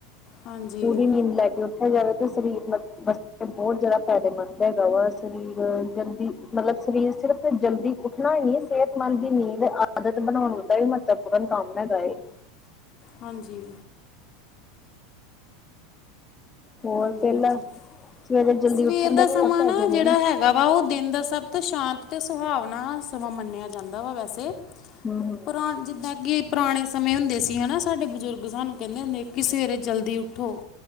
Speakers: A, on the left; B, on the left.
A: ਹਾਂਜੀ
B: ਪੂਰੀ ਨੀਂਦ ਲੈ ਕੇ ਉ ਜਾਵੇ ਤਾਂ ਸਰੀਰਸ ਬਹੁਤ ਜ਼ਿਆਦਾ ਫਾਇਦੇਮੰਦ ਹੈਗਾ ਵਾ ਸਰੀਰ ਜਲਦੀ ਮਤਲਬ ਸਰੀਰ ਸਿਰਫ਼ ਜਲਦੀ ਉੱਠਣਾ ਹੀ ਨਹੀਂ ਸਿਹਤਮੰਦ ਦੀ ਨੀਂਦ ਆਦਤ ਬਣਾਉਣ <unintelligible> ਪੂਰਨ ਕਮ ਹੇਗਾ ਏ।
A: ਹਾਂਜੀ।
B: ਹੋਰ
A: ਹਾਂਜੀ,
B: ਪਹਿਲਾਂ
A: ਹਾਂਜੀ,
B: ਸਵੇਰੇ ਜਲਦੀ
A: ਸਵੇਰ
B: ਉੱਠਣ
A: ਦਾ
B: ਦੇ
A: ਸਮਾਂ
B: ਵੀ ਹੋਰ ਫਾਇਦੇ
A: ਨਾ
B: ਨੇ।
A: ਜਿਹੜਾ ਹੈਗਾ ਵਾ ਉਹ ਦਿਨ ਦਾ ਸਭ ਤੋਂ ਸ਼ਾਂਤ ਅਤੇ ਸੁਹਾਵਨਾ ਸਮਾਂ ਮੰਨਿਆ ਜਾਂਦਾ ਵਾ ਵੈਸੇ।
B: ਹੂੰ ਹੂੰ
A: ਪੁਰਾ ਜਿੱਦਾਂ ਕਿ ਪੁਰਾਣੇ ਸਮੇਂ ਹੁੰਦੇ ਸੀ ਹਨਾ ਸਾਡੇ ਬਜ਼ੁਰਗ ਸਾਨੂੰ ਕਹਿੰਦੇ ਹੁੰਦੇ ਕਿ ਸਵੇਰੇ ਜਲਦੀ ਉੱਠੋ।